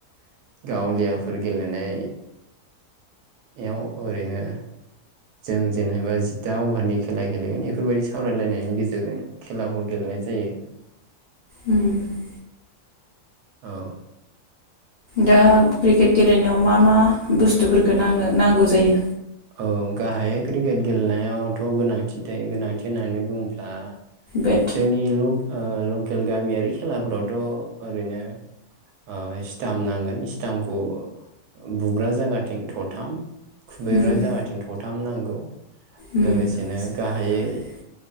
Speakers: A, on the right; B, on the left.
A: <inaudible> गावलियाफोर गेलेनाय <inaudible> याव ओरैनो जों जेनेब। जि दा अभारनि खेला बेफोरबायदि सावरायलायनायनि गेजेरजों खेलाखौ गेलेनाय जायो।
B: उम
A: <inaudible> औ
B: दा क्रिकेट गेलेनायाव मा मा बुस्थुफोरखौ नाङो नांगौ जायो?
A: <inaudible> औ गाहायै क्रिकेट गेलेनायावथ' गोनांथि थायो गोनांथि होननानै बुंङोब्ला।
B: बेट
A: जोंनि ल' ओ लकेल गामियारि खेलाफ्रावथ' ओरैनो ओ स्टामप नांगोन स्टामपखौ बुग्रा जागाथिं थथाम। खुबैग्रा
B: जोङो जोंहाथिं
A: जागाथिं थथाम नांगौ
B: नांगौ
A: लोगोसेनो
B: लोगोसेनो
A: गाहायै